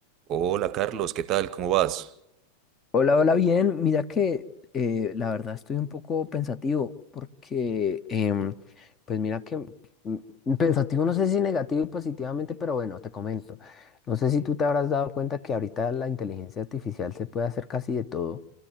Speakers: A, on the right; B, on the left.
A: Hola Carlos, ¿qué tal? ¿Cómo vas?
B: Hola, hola, bien. Mira que eh, la verdad estoy un poco pensativo porque, em, pues mira que mm, mm, pensativo no sé si negativo y positivamente, pero bueno, te comento. No sé si tú te habrás dado cuenta que ahorita la inteligencia artificial se puede hacer casi de todo.